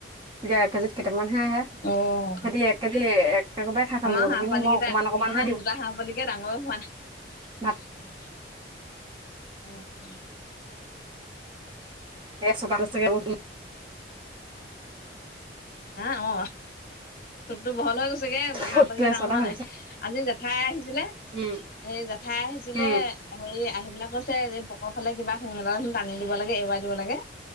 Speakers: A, on the right (about 30°); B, on the left (about 50°).
A: এতিয়া এক কেজিত কেইটামানহে আহে সিহঁতি
B: অ',
A: এক কেজি একেবাৰে খাই খতম
B: আমাৰ
A: কৰিব
B: হাঁহ
A: কিন্তু
B: পোৱালিকেইটা
A: মই অকমান অকমানহে
B: আমাৰ
A: দিওঁ
B: দুটা হাঁহ পোৱালিকে ডাঙৰ হোৱা নাই
A: ভাত
B: উম উম।
A: এ ছটা কওঁ চোন
B: এ অ ঠোঁটতো বহল হৈ গৈছগে
A: ফুটটো
B: হাঁহ পোৱালী কেইটা
A: এচটা
B: ডাঙৰ হোৱা
A: হৈ
B: নাই
A: গৈছে
B: আজি জেঠাই আহিছিলে
A: উম
B: এই জেঠাই আহিছিলে
A: উম
B: হেৰি আহি পেলাই কৈছে পকৰ ফালে কিবা সোং এডাল টানি দিব লাগে এৰুৱাই দিব লাগে